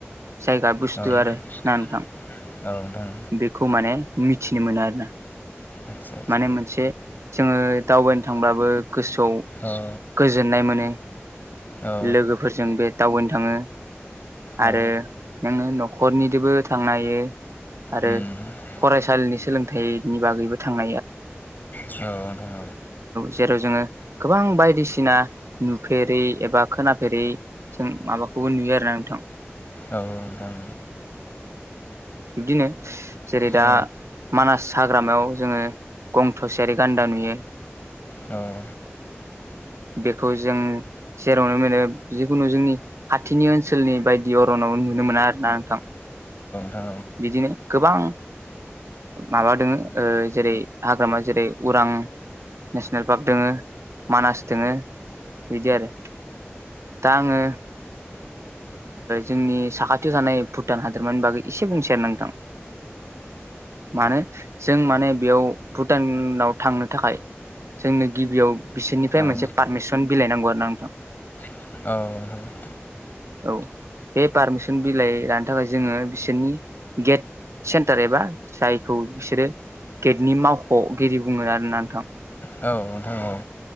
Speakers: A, on the right; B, on the left.
A: जायगा बुस्थु
B: औ
A: आरो ना नोंथां
B: औ नोंथां
A: बेखौ माने मिथिनो मोनो आरो ना
B: आदसा आदसा
A: माने मोनसे जोंङो दावबायनो थांब्लाबो गोसोआव
B: औ
A: गोजोननाय मोनो
B: औ
A: लोगोफोरजों बे दावबायनो थांङो आरो
B: औ
A: नोङो नखरनिजोंबो थांनो हायो आरो
B: उम
A: फरायसालिनि सोलोंथाइनि बागैबो थांनो
B: औ नोंथां
A: जेराव <inaudible> गोबां बायदिसिना नुफेरै एबा खोनाफेरै जों माबाखौबो नुयो गोंथां
B: औ नोंथां
A: बिदिनो जेरै दा
B: औ
A: मानास हाग्रामायाव जोङो गं थसेयारि गान्दा नुयो
B: औ
A: बेखौ जों जेरावनो मोनो जिखुनु जोंनि खाथिनि ओनसोलनि बायदि इअरनाव नुनो मोना आरोना नोंथां
B: नुनो मोना आरोना
A: बिदिनो गोबां माबा दोङ जेरै हाग्रामा जेरै उरां नेसनेल पार्क दोङो मानास दोङो बिदि आरो दा आङो जोंनि साखाथियाव थानाय भुटान हादोरमानि बागै एसे बुंसै आरो नोंथां मानो जों माने बेयाव भुटानाव थांनो थाखाय जोंनो गिबियाव बिसोरनिफ्राय
B: दोङो
A: मोनसे पारमिसन बिलाइनांगौ आरो ना नोंथां
B: औ
A: औ बे पारमिसन बिलाइ लानो थाखाय जोङो बिसोरनि गेट सेन्टार एबा जायखौ बिसोरो गेटनि मावख'गिरि बुङो आरोना नोंथां
B: औ नोंथां औ नोंथां औ आरो